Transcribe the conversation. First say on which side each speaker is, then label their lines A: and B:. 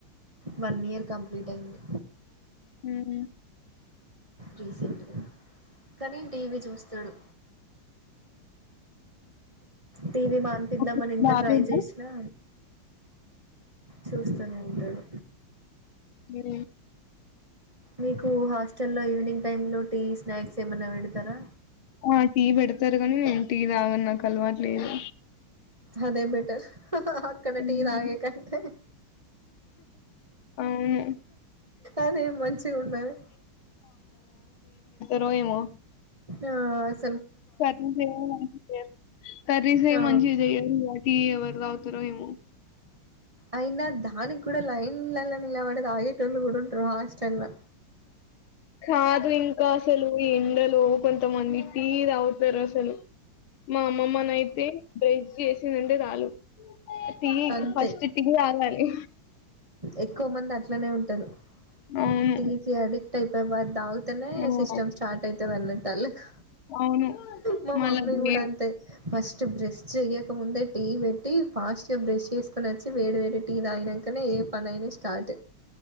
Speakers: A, on the right; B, on the left.
A: వన్ ఇయర్ కంప్లీట్ అయింది
B: మ్ హు
A: రీసెంట్ గానే కానీ టీవీ చూస్తడు టీవీ మానిపిద్దామని
B: ఓకే.
A: ఎంత
B: బాబేనా?
A: ట్రై చేశినా చూస్తునే ఉంటడు
B: హ్మ్.
A: మీకు హాస్టల్లో ఈవినింగ్ టైం లో టీ స్నాక్స్ ఏమైనా పెడతరా
B: ఆ! టీ పెడతరూ గనీ టీ తాగను నాకు అలవాటు లేదు.
A: అదే బెటర్ అక్కడ
B: హ్మ్.
A: టీ తాగేకంటే
B: అవును.
A: అదే మంచిగుండది
B: రొ ఎమో
A: ఆ స్
B: కర్రీస్ ఏమో మంచిగ చేయరు కర్రీస్ ఏమో
A: ఆ
B: మంచిగ చేయరు టీ ఎవరు తాగుతరో ఎమో
A: అయినా దానికి గూడ లైన్లల నిలవడి తాగేటోళ్ళు గుడుంటరు హాస్టల్ ల్ల
B: కాదు ఇంకా అసలు ఎండలో కొంతమంది టీ తాగుతరు అసలు మా అమ్మమ్మనైతే బ్రష్ చె తినిండ చాలు టీ
A: అంతే
B: ఫస్ట్ టీ తాగాలి
A: ఎక్కువ మంది అట్లనే ఉంటరు
B: అవును
A: టీ కి అడిక్ట్ అయిపోయి వా దాగు వంతేనే
B: ఆ
A: సిస్టమ్ స్టార్ట్ అయితది అన్నట్టు వాళ్ళకు
B: అవును
A: మా
B: మళ్ళ
A: మమ్మీ
B: వేడి
A: కూడా అంతే ఫస్ట్ బ్రష్ చెయ్యక ముందే టీ పెట్టి ఫాస్ట్ బ్రష్ చేసి నక్కనచ్చి వేడి వేడి టీ దగినంకనే ఏ పనియినా స్టార్ట్